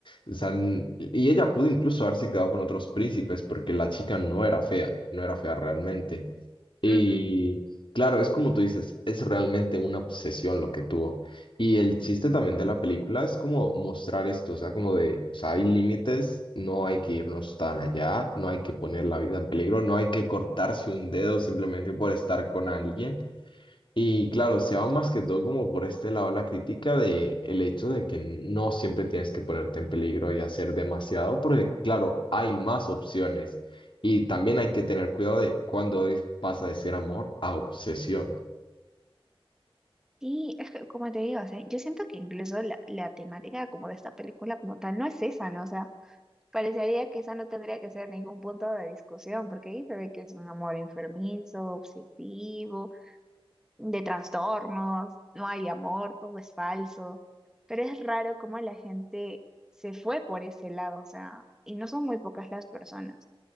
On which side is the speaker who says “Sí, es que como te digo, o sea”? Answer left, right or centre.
Centre